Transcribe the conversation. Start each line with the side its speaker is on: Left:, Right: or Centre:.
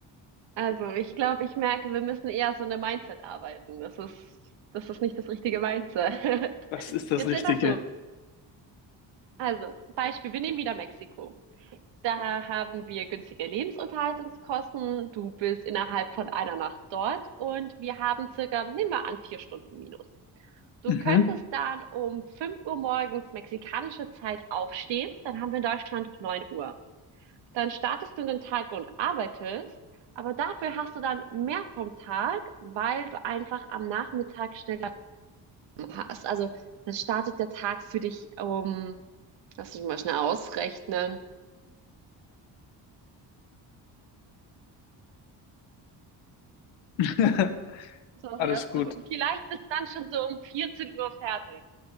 Right: Also, ich glaube, ich merke, wir müssen eher so eine Mindset arbeiten. Das ist, das ist nicht das richtige Mindset. <laughs>
Left: Das ist das
Right: Jetzt
Left: Richtige.
Right: sind wir so. Also, Beispiel, wir nehmen wieder Mexiko. Da haben wir günstige Lebensunterhaltungskosten. Du bist innerhalb von einer Nacht dort und wir haben circa, nehmen wir an, vier Stunden minus. Du
Left: Mhm.
Right: könntest dann um 5 Uhr morgens mexikanische Zeit aufstehen. Dann haben wir in Deutschland 9 Uhr. Dann startest du in den Tag und arbeitest, aber dafür hast du dann mehr vom Tag, weil du einfach am Nachmittag schneller hast. Also dann startet der Tag für dich um, lass mich mal schnell ausrechnen.
Left: <laughs>
Right: Sorry,
Left: Alles
Right: also
Left: gut.
Right: vielleicht bist du dann schon so um 14 Uhr fertig.